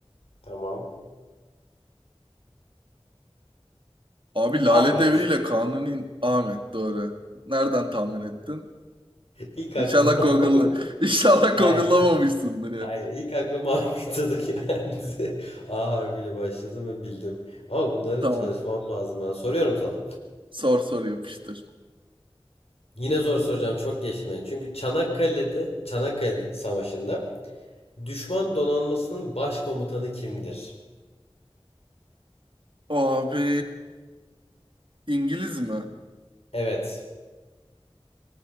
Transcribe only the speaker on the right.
Abi Lale
Devri ile Kanuni Ahmet doğru. Nereden tahmin ettin?
İnşallah
Google'la <laughs> İnşallah
Google'lamamışsındır ya.
Tamam.
Sor sor yapıştır.
Abi İngiliz mi?